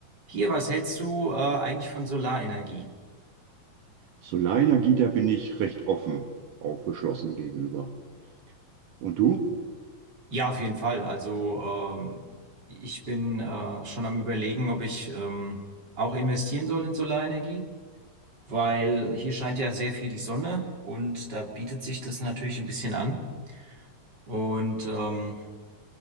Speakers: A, on the right; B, on the right.
A: Hier, was hältst du äh, eigentlich von Solarenergie?
B: Solarenergie, da bin ich recht offen, aufgeschlossen gegenüber. Und du?
A: Ja, auf jeden Fall. Also ähm, ich bin äh, schon am Überlegen, ob ich ähm, auch investieren soll in Solarenergie, weil hier scheint ja sehr viel die Sonne und da bietet sich das natürlich ein bisschen an. Und ähm,